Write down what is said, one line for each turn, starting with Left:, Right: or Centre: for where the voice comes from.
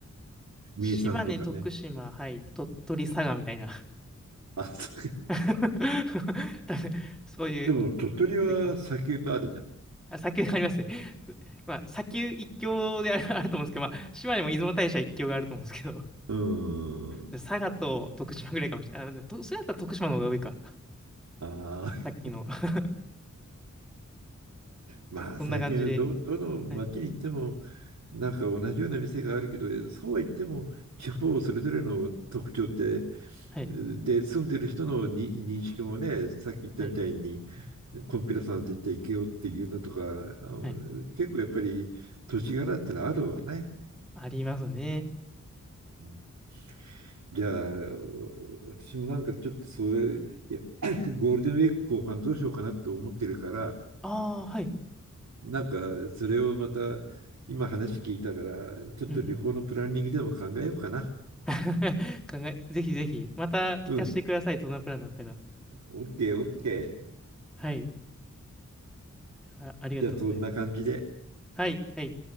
Right: 三重さんとかね。
Centre: 島根、徳島、はい、鳥取、佐賀みたいな。
Right: あ、そうか。
Centre: <laughs> 多分そういう、
Right: でも、鳥取は砂丘があるじゃん。
Centre: いいかもあ、砂丘がありますね。<laughs> まあ、砂丘一強である、あると思うんですけど、まあ、島根も出雲大社一強があると思うんですけど、
Right: <laughs> うん。
Centre: 佐賀と徳島ぐらいかもしれない。あ、でもとそれだったら徳島の方が多いか。
Right: ああ。
Centre: さっきの。<laughs>
Right: まあ最近はど、
Centre: そんな感じで。
Right: どの街に行っても
Centre: はい、
Right: なんか同じような店があるけどそうは言っても地方それぞれの特徴って
Centre: はい、
Right: で住んでる人のに認識もねさっき言ったみたいに
Centre: はい、
Right: コンピュラさんと言って行けよっていうのとかあの結構やっぱり土地柄ってのはあるわね。
Centre: はい。ありますね。
Right: うんじゃあ私もなんかちょっとそういういや <coughs> ゴールデンウィーク後半どうしようかなと思ってるから
Centre: ああ、はい。
Right: なんか、それをまた、今話聞いたから、ちょっと旅行のプランニングでも考えようかな。
Centre: うん。<laughs> 考え、ぜひぜひ、また聞かせてください。
Right: うん。
Centre: どんなプランだったか。
Right: オッケー、オッケー。
Centre: はい。あ、ありがとうございます。
Right: じゃあ、そんな感じで。
Centre: はい、はい。